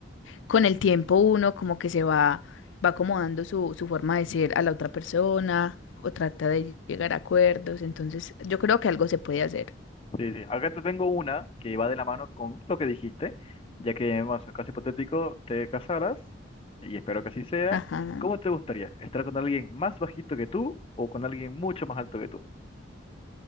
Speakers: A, on the left (about 90°); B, on the left (about 30°).
A: con el tiempo uno como que se va, va acomodando su, su forma de ser a la otra persona o trata de llegar a acuerdos. Entonces, yo creo que algo se puede hacer.
B: Sí, sí. Acá te tengo una que va de la mano con lo que dijiste, ya que, bueno, es un caso hipotético, te casaras, y espero que así sea.
A: Ajá.
B: ¿Cómo te gustaría? ¿Estar con alguien más bajito que tú o con alguien mucho más alto que tú?